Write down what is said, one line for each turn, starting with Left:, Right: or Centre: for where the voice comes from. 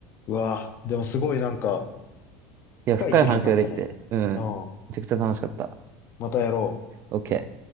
Left: うわぁ、でもすごいなんか、
Right: う。いや、
Left: 深い議論になったね。
Right: 深い話ができて、うん。
Left: うん。
Right: めちゃくちゃ楽しかった。
Left: またやろう。
Right: OK。